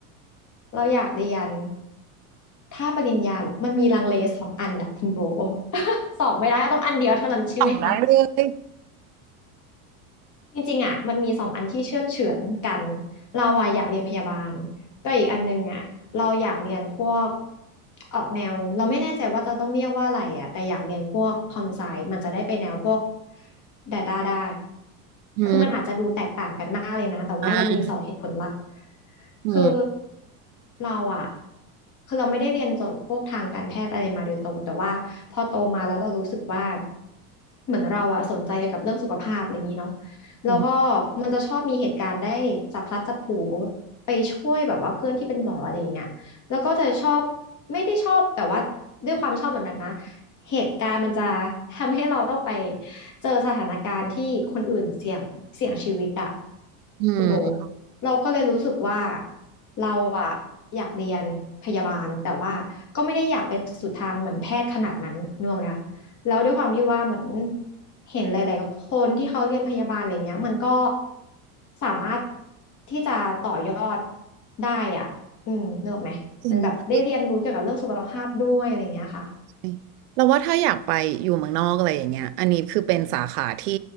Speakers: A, on the left (about 40°); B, on the right (about 80°).
A: เราอยากเรียนถ้าปริญญาเหรอมันมีลังเลสองอันอะคุณโบ <laughs> สองไม่ได้ต้องอันเดียวเท่านั้นใช่ไหมคะ
B: ตอบได้เลย
A: จริงๆอ่ะมันมีสองอันที่เชื่อดเฉือนกันเราอ่ะอยากเรียนพยาบาลก็อีกอันนึงอ่ะเราอยากเรียนพวกออกแนวเราไม่แน่ใจว่าจะต้องเรียกว่าอะไรอ่ะแต่อยากเรียนพวกคอมไซมันจะได้ไปแนวพวก Data ได้
B: อืม
A: คือมันอาจจะดูแตกต่างกันมากเลยนะแต่ว่าเรามีสองเหตุผลหลัก
B: อ่าอืม
A: คือเราอ่ะคือเราไม่ได้เรียนจบพวกทางการแพทย์อะไรมาโดยตรงแต่ว่าพอโตมาแล้วเรารู้สึกว่าเหมือนเราอ่ะสนใจเกี่ยวกับเรื่องสุขภาพอะไรอย่างนี้เนาะ แล้วก็
B: อื
A: มันจะชอบมีเหตุการณ์ได้จับพลัดจับผลูไปช่วยแบบว่าเพื่อนที่เป็นหมออะไรอย่างเงี้ยแล้วก็จะชอบไม่ได้ชอบแต่ว่าด้วยความชอบแบบนั้นนะเหตุการณ์มันจะทำให้เราต้องไปเจอสถานการณ์ที่คนอื่นเสี่ยงเสี่ยงชีวิตอะ
B: ม
A: คุณโบเราก็เลยรู้สึกว่าเราอะอยากเรียนพยาบาลแต่ว่าก็ไม่ได้อยากเป็นสุดทางเหมือนแพทย์ขนาดนั้นนึกออกไหมคะ แล้วด้วยความที่ว่าเหมือนเห็นหลายๆคนที่เขาเรียนพยาบาลอะไรเงี้ยมันก็สามารถที่จะต่อยอดได้อ่ะอืมนึกออกไหมมันแบบได้เรียนรู้เกี่ยวกับเรื่องสุขภาพด้วยอะไรเงี้ยค่ะ
B: จริงเลยเราว่าถ้าอยากไปอยู่เมืองนอกอะไรอย่างเงี้ยอันนี้คือเป็นสาขาที่